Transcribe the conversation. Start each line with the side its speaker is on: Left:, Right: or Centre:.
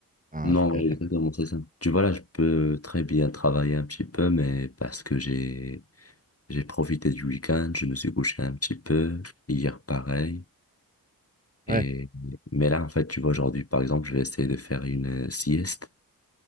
Right: Enfin,
Left: Non,
Right: c'est...
Left: ouais, exactement, c'est ça. Tu vois, là, je peux très bien travailler un petit peu, mais parce que j'ai, j'ai profité du week-end, je me suis couché un petit peu. Hier, pareil.
Right: Ouais.
Left: Et, mais là, en fait, tu vois, aujourd'hui, par exemple, je vais essayer de faire une euh, sieste.